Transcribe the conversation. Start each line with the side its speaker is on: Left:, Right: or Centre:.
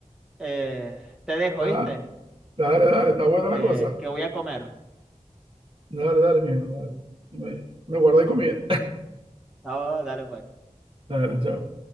Centre: eh, te dejo,
Right: Ah,
Centre: ¿viste?
Right: dale, dale. Está buena
Centre: Eh,
Right: la cosa.
Centre: que voy a comer.
Right: Dale, dale, mijo. Dale. Me, me guardé comida.
Centre: Ah, dale, pues.
Right: Dale, chao.